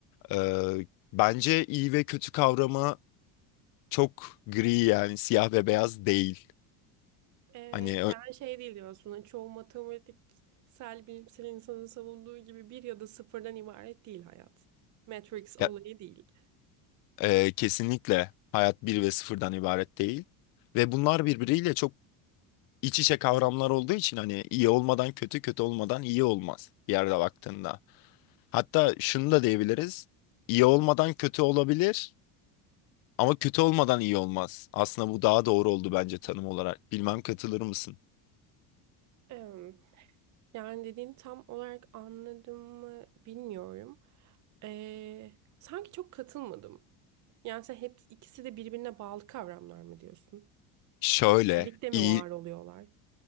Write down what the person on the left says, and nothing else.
Ee, bence iyi ve kötü kavramı çok gri yani siyah ve beyaz değil.
Hani ö-
ya-
e, kesinlikle hayat bir ve sıfırdan ibaret değil. Ve bunlar birbiriyle çok iç içe kavramlar olduğu için hani iyi olmadan kötü, kötü olmadan iyi olmaz bir yerde baktığında. Hatta şunu da diyebiliriz. İyi olmadan kötü olabilir ama kötü olmadan iyi olmaz. Aslında bu daha doğru oldu bence tanım olarak. Bilmem katılır mısın?
Şöyle,
iyi,